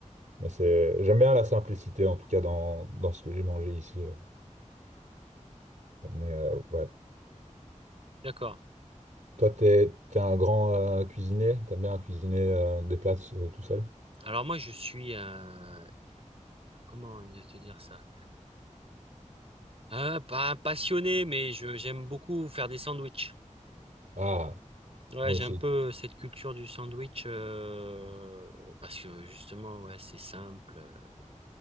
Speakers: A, on the right; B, on the right.
A: Mais c'est, j'aime bien la simplicité en tout cas dans, dans ce que j'ai mangé ici. euh. Mais euh, ouais.
B: D'accord.
A: Toi, t'es, t'es un grand euh, cuisinier? T'aimes bien cuisiner euh, des plats euh, tout seul?
B: Alors moi, je suis, euh, comment te dire ça? Un- pas un passionné, mais je, j'aime beaucoup faire des sandwichs.
A: Ah,
B: Ouais,
A: moi
B: j'ai
A: aussi.
B: un peu cette culture du sandwich euh, parce que justement, ouais, c'est simple, euh,